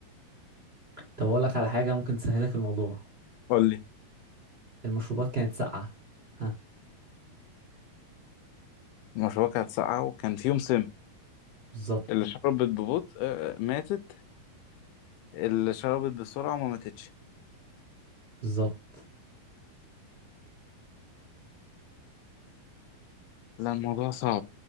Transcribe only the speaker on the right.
طب أقول لك على حاجة ممكن تسهلك الموضوع
المشروبات كانت ساقعة ها
بالظبط
بالظبط